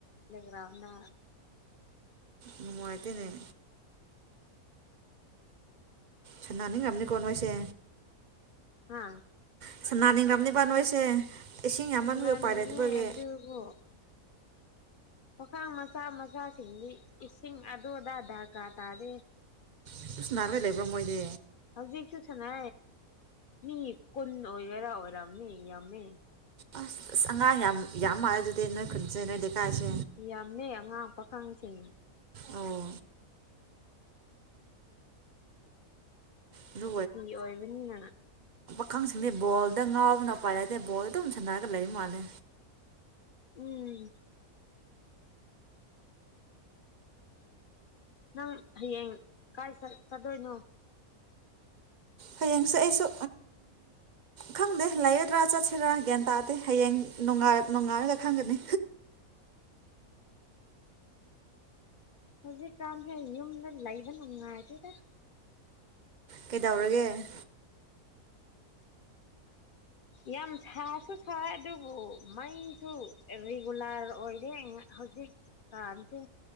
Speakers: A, on the left; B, on the right.
A: ꯂꯦꯒ꯭ꯔꯥꯎꯗ
B: ꯅꯨꯡꯉꯥꯏꯇꯦꯅꯦ ꯁꯅꯥꯅꯤꯡꯉꯝꯅꯤꯀꯣ ꯅꯣꯏꯁꯦ
A: ꯑꯥ
B: ꯁꯅꯥ ꯅꯤꯡ ꯔꯥꯝ ꯅꯤꯕ ꯅꯣꯏꯁꯦ ꯏꯁꯤꯡ ꯌꯥꯝꯃꯟꯕꯒꯤ
A: ꯍꯅꯥꯅꯤꯅꯦ
B: ꯎꯄꯥꯏ ꯂꯩꯇꯕꯒꯤ
A: ꯑꯦꯗꯨꯕꯨ ꯄꯈꯥꯡ ꯃꯆꯥ ꯃꯆꯥꯁꯤꯡꯗꯤ ꯏꯁꯤꯡ ꯑꯗꯨꯗ ꯗꯔꯀꯥꯔ ꯇꯥꯔꯦ
B: ꯑꯗꯨꯝ ꯁꯥꯟꯅꯔꯒ ꯂꯩꯕ꯭ꯔꯣ ꯃꯣꯏꯗꯤ
A: ꯍꯧꯖꯤꯛꯁꯨꯁꯅꯥ ꯃꯤ ꯀꯨꯟ ꯑꯣꯏꯒꯦꯔꯥ ꯑꯣꯏꯔꯝꯅꯤ ꯌꯥꯝꯃꯦ
B: ꯑꯁ ꯑꯁ ꯑꯉꯥꯡ ꯌꯥꯝ ꯌꯥꯝ ꯃꯥꯜꯂꯦ ꯑꯗꯨꯗꯤ ꯅꯣꯏ ꯈꯨꯟꯖꯩ ꯅꯣꯏ ꯂꯩꯀꯥꯏꯁꯤ
A: ꯌꯥꯝꯅꯦ ꯑꯉꯥꯡ ꯄꯥꯈꯪꯁꯤꯡ
B: ꯑꯣ ꯑꯗꯨ
A: <unintelligible> ꯑꯣꯕꯅꯤꯅ
B: ꯑꯈꯪꯁꯤꯡꯗꯤ ꯕꯣꯜꯗ ꯉꯥꯎꯅ <unintelligible> ꯑꯗꯨꯝ ꯁꯥꯟꯅ ꯂꯩ ꯃꯥꯂꯦ
A: ꯎꯝ ꯅꯪ ꯍꯌꯦꯡ ꯀꯥꯏ ꯆꯠ ꯆꯗꯣꯏꯅꯣ
B: ꯍꯌꯦꯡꯁꯦ ꯑꯩꯁꯨ ꯈꯪꯗꯦ ꯂꯥꯏꯒꯗ꯭ꯔꯥ ꯆꯠꯁꯤꯔꯥ ꯒ꯭ꯌꯥꯟ ꯇꯥꯗꯦ ꯍꯌꯦꯡ ꯅꯣꯡꯒꯥꯜ ꯅꯣꯡꯉꯥꯜꯔꯒ ꯈꯪꯒꯅꯤ
A: ꯍꯧꯖꯤꯛ ꯀꯝꯍꯩ ꯌꯨꯝꯗ ꯂꯩꯕ ꯅꯨꯡꯉꯥꯢꯇꯦꯗ
B: ꯀꯩꯗꯧꯔꯒꯦ
A: ꯌꯥꯝ ꯁꯥꯁꯨ ꯁꯥꯏ ꯑꯗꯨꯕꯨ ꯃꯩꯁꯨ ꯔꯤꯒꯨꯂꯔ ꯑꯣꯏꯔꯦ ꯍꯧꯖꯤꯛ ꯀꯥꯟꯁꯦ